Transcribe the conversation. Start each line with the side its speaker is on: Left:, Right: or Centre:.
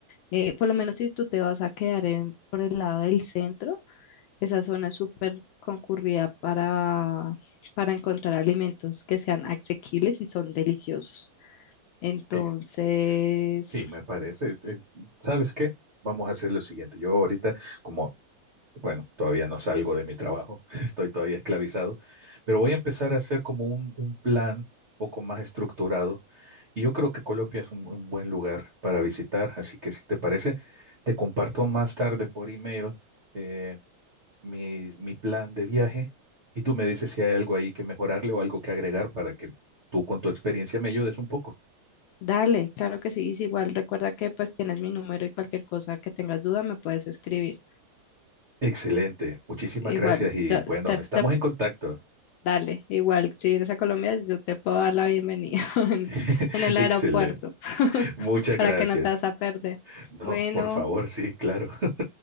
Left: Eh, por lo menos si tú te vas a quedar en, por el lado del centro, esa zona es súper concurrida para, para encontrar alimentos que sean asequibles y son deliciosos. Entonces,
Right: Eh, Sí, me parece. Eh, ¿Sabes qué? Vamos a hacer lo siguiente. Yo ahorita, como, bueno, todavía no salgo de mi trabajo, <laughs> estoy todavía esclavizado, pero voy a empezar a hacer como un, un plan un poco más estructurado y yo creo que Colombia es un, un buen lugar para visitar, así que si te parece, te comparto más tarde por email. eh, mi, mi plan de viaje y tú me dices si hay algo ahí que mejorarle o algo que agregar para que tú con tu experiencia me ayudes un poco.
Left: dale, claro que sí, es igual recuerda que pues tienes mi número y cualquier cosa que tengas duda me puedes escribir.
Right: Excelente, muchísimas
Left: Igual,
Right: gracias y
Left: yo
Right: bueno,
Left: te,
Right: estamos
Left: te-
Right: en contacto.
Left: dale, igual, si vienes a Colombia, yo te puedo dar la bienvenida <laughs> en,
Right: <laughs>
Left: en el
Right: Excelente,
Left: aeropuerto <laughs>
Right: muchas gracias.
Left: para que no te vas a perder.
Right: No,
Left: Bueno,
Right: por favor, sí, claro. <laughs>